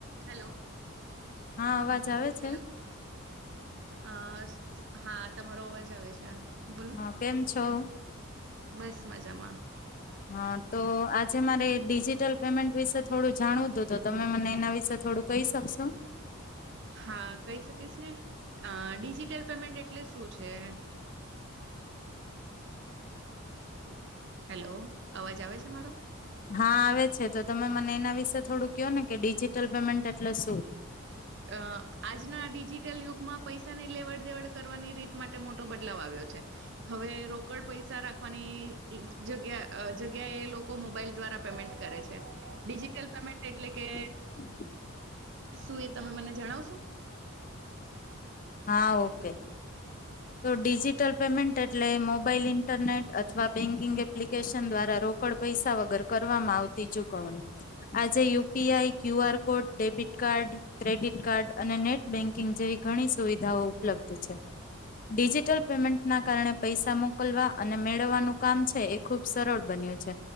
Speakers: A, on the right (about 55°); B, on the left (about 40°).
A: Hello
B: હા અવાજ આવે છે
A: હેલો અ હા તમારો અવાજ આવે છે બોલો
B: હા કેમ છો
A: બસ મજામાં
B: હા તો આજે મારે ડિજિટલ પેમેન્ટ વિશે થોડું જાણવું હતું તો તમે મને એના વિશે થોડું કહી શકશો
A: હા કહી શકીશ ને અ ડિજિટલ પેમેન્ટ એટલે શું છે હેલો અવાજ આવે છે મારો
B: હા આવે છે તો તમે મને એના વિશે થોડું કહો ને કે ડિજિટલ પેમેન્ટ એટલે શું
A: અ આજના ડિજિટલ યુગમાં પૈસાની લેવડ દેવડ કરવાની રીત માટે મોટો બદલાવ આવ્યો છે હવે રોકડ પૈસા રાખવાની જગ્યા જગ્યા એ લોકો મોબાઈલ દ્વારા પેમેન્ટ કરે છે ડિજિટલ પેમેન્ટ એટલે કે
B: <inaudible>
A: સુુંઈ તમે મને જણાવશો
B: હા ઓકે તો ડિજિટલ પેમેન્ટ એટલે મોબાઈલ ઇન્ટરનેટ અથવા બેન્કિંગ એપ્લિકેશન દ્વારા રોકડ પૈસા વગર કરવામાં આવતી ચૂકવણી આજે U P I Q R code debit card credit card અને નેટ બેન્કિંગ જેવી ઘણી સુવિધાઓ ઉપલબ્ધ છે. ડિજિટલ પેમેન્ટના કારણે પૈસા મોકલવા અને મેળવવાનું કામ છે એ ખુબ સરળ બન્યું છે